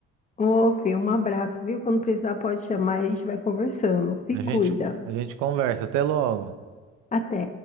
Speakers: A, on the left (about 25°); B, on the right (about 80°).
A: Ô, Fê, um abraço, viu? Quando precisar, pode chamar e a gente vai conversando. Se
B: A
A: cuida.
B: gente, a gente conversa. Até logo.
A: Até.